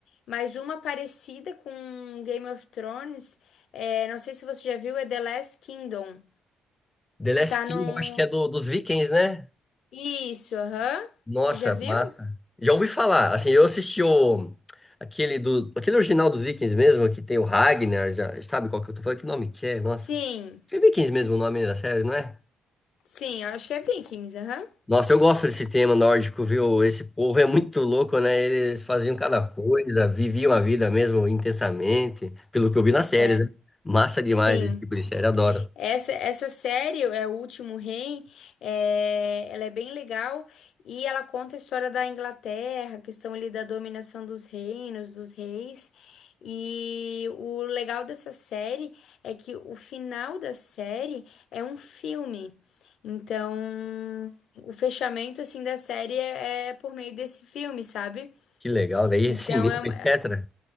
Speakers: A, on the left; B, on the left.
A: Mas uma parecida com Game of Thrones, é, não sei se você já viu, é The Last Kingdom.
B: The Last
A: Tá
B: King,
A: no.
B: eu acho que é do, dos Vikings, né?
A: Isso, aham.
B: Nossa,
A: Você já viu?
B: massa. Já ouvi falar, assim, eu assisti o, aquele, do, aquele original dos Vikings mesmo, que tem o Ragnar, já, sabe qual que eu tô falando? Que nome que é? Nossa.
A: Sim,
B: É Vikings mesmo o nome da série, não é?
A: sim, eu acho que é Vikings, aham.
B: Nossa, eu gosto desse tema nórdico, viu? Esse povo é muito louco, né? Eles faziam cada coisa, viviam a vida mesmo intensamente, pelo que eu vi nas séries,
A: É,
B: né? Massa demais
A: sim.
B: esse tipo de série, adoro.
A: Essa, essa série, é O Último Rei, é, ela é bem legal e ela conta a história da Inglaterra, a questão ali da dominação dos reinos, dos reis. E o legal dessa série é que o final da série é um filme. Então, o fechamento assim da série é, é por meio desse filme, sabe?
B: Que legal, daí
A: Então,
B: cinema,
A: é uma-
B: etc.